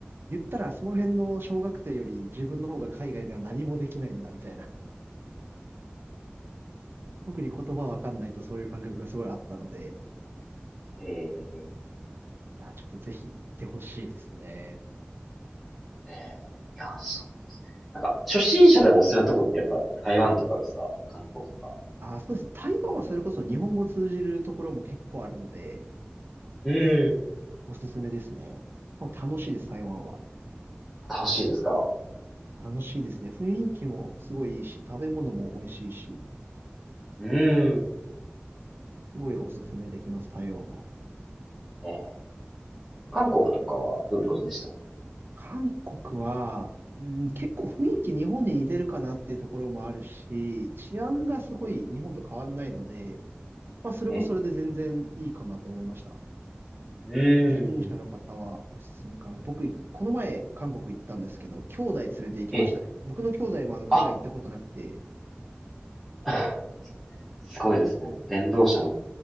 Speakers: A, on the right; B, in the centre.
A: 言ったらその辺の小学生より自分の方が海外では何もできないんだみたいな。特に言葉わかんないとそういう感覚がすごいあったので、
B: ええ、
A: いや、ちょっとぜひ行ってほしいですね。
B: ええ、いや、そう。なんか、初心者でもおすすめなとこってやっぱ台湾とかですか韓国とか。
A: あ、そうです。台湾はそれこそ日本語通じるところも結構あるので、
B: うん。
A: おすすめですね。しかも楽しいです、台湾は。
B: 楽しいですか
A: 楽しいですね。雰囲気もすごいいいし、食べ物も美味しいし、
B: うん。
A: すごいおすすめできます、台湾は。
B: えー、韓国とかはど、どうでした
A: 韓国は、うん、結構雰囲気日本に似てるかなっていうところもあるし、治安がすごい日本と変わんないので、
B: え、
A: まあそれもそれで全然いいかなと思いました。
B: え、うん。
A: 初心者の方はおすすめかな。
B: うん
A: 僕、この前韓国行ったんですけど、兄弟連れて行きましたね。
B: え、え
A: 僕の兄弟もあの海外行ったことなくて、
B: あ、<laughs> すごいですね。電動車の